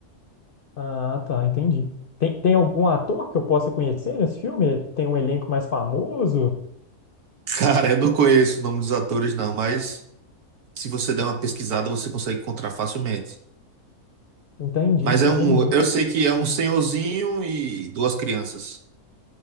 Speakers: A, on the left; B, on the right.
A: Ah, tá, entendi. Tem, tem algum ator que eu possa conhecer nesse filme? Tem um elenco mais famoso?
B: <laughs> Cara, eu não conheço o nome dos atores, não, mas Se você der uma pesquisada, você consegue encontrar facilmente.
A: Entendi,
B: Mas é
A: entendi.
B: um, eu sei que é um senhorzinho e duas crianças.